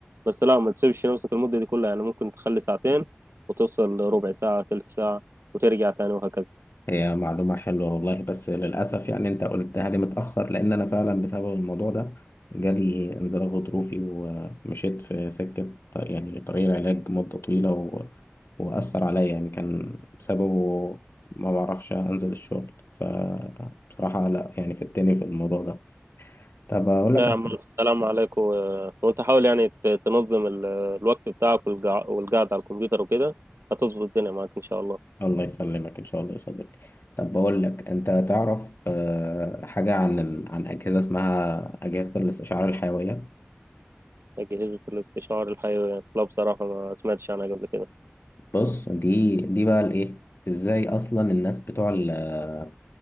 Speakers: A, on the right; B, on the left.
A: بس لا ما تسيبش نفسك المدة دي كلها يعني ممكن تخلي ساعتين وتوصل ربع ساعة تلت ساعة وترجع تاني وهكذا
B: هي معلومة حلوة والله بس للأسف يعني أنت قلتها لي متأخر لأن أنا فعلا بسبب الموضوع ده جالي انزلاق غضروفي ومشيت في سكة ط- يعني طريق العلاج مدة طويلة و... وأثر عليا يعني كان بسببه ما بعرفش أنزل الشغل فبصراحة لا يعني فتني في الموضوع ده طب أقول
A: لا
B: لك
A: يا عم السلام عليكم و- وانت حاول يعني ت- تنظم ال- الوقت بتاعك والقع- والقعدة على الكمبيوتر وكده هتظبط الدنيا معاك إن شاء الله
B: الله يسلمك إن شاء الله يا صديقي طب بقول لك أنت تعرف آه، حاجة عن عن أجهزة اسمها أجهزة الاستشعار الحيوية
A: أجهزة الاستشعار الحيوي لا بصراحة ما سمعتش عنها قبل كده
B: بص دي دي بقى الايه ازاي اصلا الناس بتوع ال-